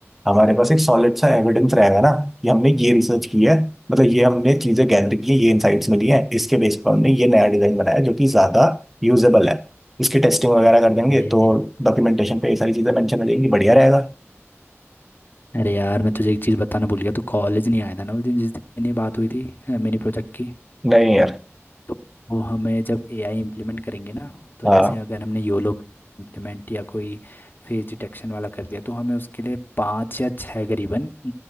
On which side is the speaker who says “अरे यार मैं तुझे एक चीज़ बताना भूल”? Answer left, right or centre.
Left